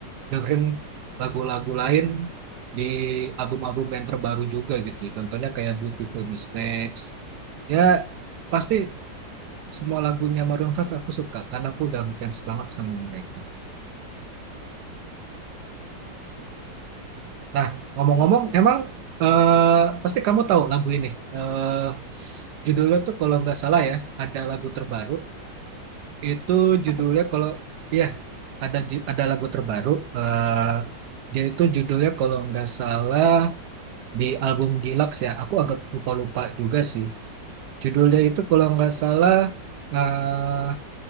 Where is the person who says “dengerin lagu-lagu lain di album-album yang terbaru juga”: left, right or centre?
Right